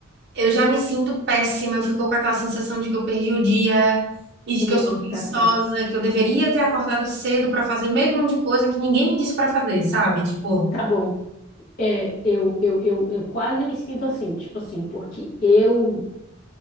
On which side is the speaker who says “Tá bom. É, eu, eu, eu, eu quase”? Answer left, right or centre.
Left